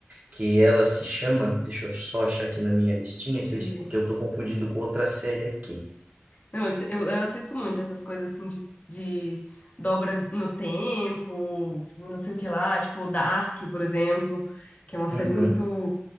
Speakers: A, on the right; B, on the left.
A: que ela se chama, deixa eu só achar aqui na minha listinha,
B: Deixa
A: que eu,
B: eu
A: es-
B: ver.
A: que eu tô confundindo com outra série aqui.
B: Não, eu, eu- eu assisto muito essas coisas assim de, de dobra no tempo, não sei o que lá, tipo Dark, por exemplo, que é uma série
A: Uhum,
B: muito